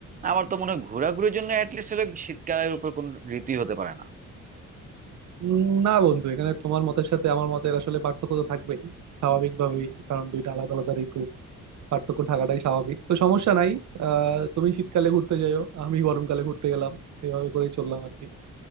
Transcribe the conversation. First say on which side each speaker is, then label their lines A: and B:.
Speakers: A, on the right; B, on the right.
A: আমার তো মনে হয় ঘোরাঘুরির জন্য অ্যাটলিস্ট হলে শীতকালের উপর কোন ঋতুই হতে পারে না
B: উম, না বন্ধু এখানে তোমার মতের সাথে আমার মতের আসলে পার্থক্য তো থাকবেই স্বাভাবিকভাবেই কারণ দুইটা আলাদা আলাদা ঋতু পার্থক্য থাকাটাই স্বাভাবিক তো সমস্যা নাই আহ তুমি শীতকালে ঘুরতে যাইও আমি গরমকালে ঘুরতে গেলাম এইভাবে করেই চললাম আর কি